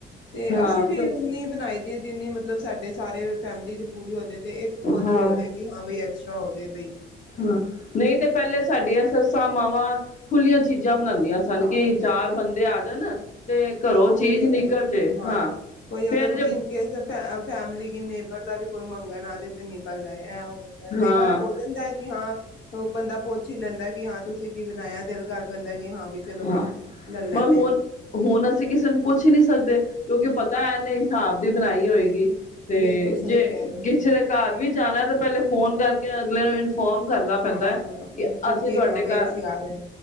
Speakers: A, on the left (about 70°); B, on the left (about 40°).
A: ਤੇ
B: ਹਾਂ
A: ਅਸੀਂ ਵੀ ਉਨੀ ਬਣਾਈ ਜਿੰਨੀ ਮਤਲਬ ਸਾਡੇ ਸਾਰੇ ਫੈਮਿਲੀ ਚ ਪੂਰੀ ਹੋ ਜਾਵੇ ਤੇ ਇੱਕ ਕੋਲੀ
B: ਹਾਂ
A: ਹੋ ਜਾਏ ਕਿ ਹਾਂ ਬ ਐਕ ਹੋ ਜਾਵੇ ਬਈ।
B: ਹਾਂ, ਨਹੀਂ ਤੇ ਪਹਿਲੇ ਸਾਡੀਆਂ ਸੱਸਾਂ-ਮਾਵਾਂ ਖੁੱਲੀਆਂ ਚੀਜ਼ਾਂ ਬਣਾਉਂਦੀਆਂ ਸਨ
A: ਹਾਂ
B: ਕਿ
A: ਬਿਲਕੁਲ
B: ਚਾਰ ਬੰਦੇ ਆ ਜਾਣ ਘਰੋਂ
A: ਤੇ ਪੂਰੇ
B: ਚੀਜ਼ ਨਿਕਲ
A: ਹੋਜੇ,
B: ਜੇ
A: ਹਾਂ, ਕੋਈ
B: ਫੇਰ
A: ਅਗਰ
B: ਜੇ
A: ਇਨਕੇਸ ਫ ਫੈਮਲੀ ਨੇਬਰ ਦਾ ਵੀ ਕੋਈ ਮੰਗ ਆ ਜੇ ਤੇ ਨਿਕਲ ਜਾਏ ਇਹ ਜਾਂਦਾ, ਕਈ
B: ਹਾਂ
A: ਵਾਰ ਹੋ ਜਾਂਦਾ ਕਿ ਹਾਂ ਬੰਦਾ ਪੁੱਛ ਹੀ ਲੈਂਦਾ, ਕਿ ਹਾਂ ਤੁਸੀਂ ਕੀ ਬਣਾਇਆ? ਦਿਲ ਕਰ ਪੈਂਦਾ ਹਾਂ ਵੀ ਚਲੋ
B: ਹਾਂ
A: ਬਈ, ਲੈ ਲੈਨੇ
B: ਪਰ ਹੁਣ
A: ਆ।
B: ਹੁਣ ਅਸੀਂ ਕਿਸੇ ਨੂੰ ਪੁੱਛ ਹੀ ਨਹੀਂ ਸਕਦੇ ਕਿਉਂਕਿ ਪਤਾ ਏਨ੍ਹੇ ਹਿਸਾਬ ਦੀ ਬਣਾਈ ਹੋਏਗੀ। ਤੇ
A: ਬਿਲਕੁਲ ਸਹੀ
B: ਜੇ
A: ਕਹਿ ਰਹੇ ਹੋ
B: ਕਿਸੇ ਦੇ ਘਰ ਵੀ ਜਾਣਾ ਤਾਂ ਪਹਿਲੇ ਫੋਨ ਕਰਕੇ ਅਗਲੇ ਨੂੰ ਫੋਮ ਕਰਨਾ ਪੈਂਦਾ
A: ਹਾਂ
B: ਕਿ
A: ਬਿਲਕੁਲ
B: ਅਸੀਂ
A: ਕਿ
B: ਤੁਹਾਡੇ
A: ਹਾਂ ਬਈ
B: ਘਰ
A: ਅਸੀਂ ਆ ਰਹੇ ਹਾਂ